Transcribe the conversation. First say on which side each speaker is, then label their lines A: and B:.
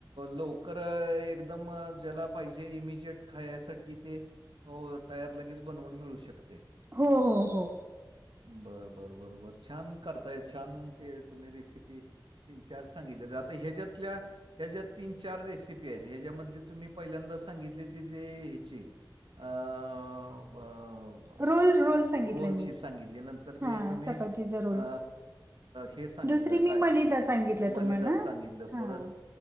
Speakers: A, on the right; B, on the right.
A: लवकर एकदम ज्याला पाहिजे इमिजिएट खायसाठी. कि ते तयार लगेच बनवून मिळू शकते.
B: हो हो हो...
A: बर बर बर बर छान करताय छान ते तुम्ही रेसिपी तीन चार सांगितलंया जातेय ह्याच्यातल्या ह्या ज्या तीन चार रेसिपी आहेत ह्याच्यामधली तुम्ही पहिल्यांदा सांगितले तिजे ह्याचे अ ब
B: रोल रोल सांगितला
A: रोलची
B: मी.
A: सांगितली न तर
B: हां,
A: ते तुम्ही
B: चपातीचा रोल.
A: अ हे सांगितलं
B: दुसरी
A: काय
B: मी मलिदा सांगितलं
A: मलिदात
B: तुम्हाला.
A: सांगितलं
B: हां,
A: परत